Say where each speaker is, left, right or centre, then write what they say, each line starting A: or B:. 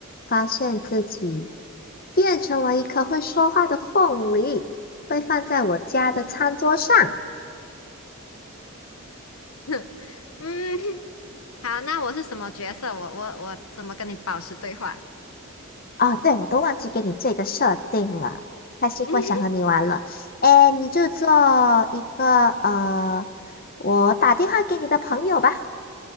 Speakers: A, on the left; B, on the left.
A: 发现自己变成了一颗会说话的凤梨，被放在我家的餐桌上。
B: <laughs> 嗯，好，那我是什么角色？我我我怎么跟你保持对话？
A: 哦，对，我都忘记给你这个设定了。开心，
B: <laughs> 嗯，
A: 奋，想和你玩了。哎，你就做一个呃，我打电话给你的朋友吧。